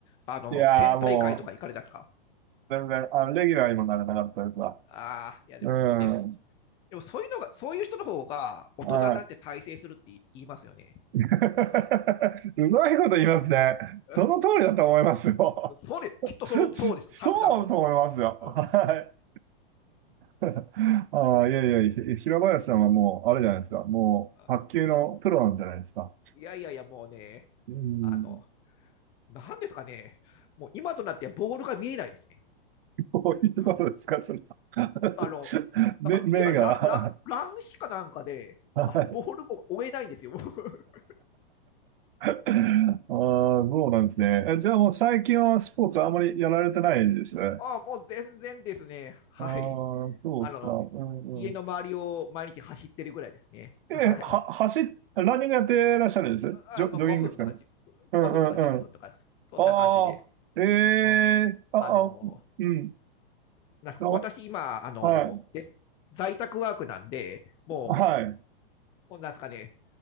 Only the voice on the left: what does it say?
あの、
県大会とか行かれたんですか
ああ、いや、でも、
ね、
でもそういうのが、そういう人の方が大人なんて大成するって言い言いますよね。
うんそうです。きっとその、
そうです。
サクさんも。うん。
うんうん
あうん
いやいやいや、もうね、
あの、なんですかね、もう今となってはボールが見えないですね。
<laughs>
あの、
なんか目がララ乱視かなんかで、
あのボールを追えないんですよ。
<laughs>
ああもう全然ですね。はい。
あの、
家の周りを毎日走ってるぐらいですね。
はい。
あまあ、
5分とか10、
分とか1分とか、そんな感じで。
うん、あの、
なんすか私今、
あの、
で在宅ワークなんで、も
う、なんですかね、